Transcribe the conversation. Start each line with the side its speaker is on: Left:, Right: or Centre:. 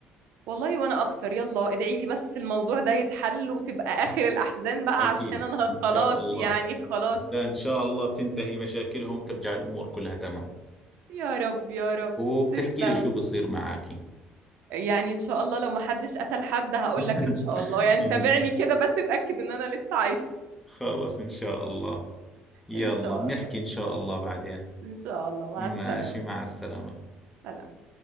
Right: والله وانا اكتر يلا ادعي لي بس الموضوع ده يتحل وتبقى اخر الاحزان بقى
Centre: اكيد
Right: عشان انا <laughs>
Centre: ان
Right: خلاص
Centre: شاء الله
Right: يعني خلاص
Centre: لا ان شاء الله بتنتهي مشاكلهم ترجع الامور كلها تمام
Right: يا رب يا رب
Centre: وبتحكي
Right: تسلم
Centre: لي شو بصير معك
Right: يعني ان شاء الله لو ما حدش قتل حد هقول
Centre: <laughs>
Right: لك ان شاء الله يعني تابعني كده بس اتاكد ان انا لسه عايشه
Centre: خلص إن شاء الله يلا
Right: إن شاء
Centre: بنحكي
Right: الله
Centre: إن شاء الله بعدين
Right: إن شاء الله مع
Centre: ماشي
Right: السلامة
Centre: مع السلامة
Right: سلام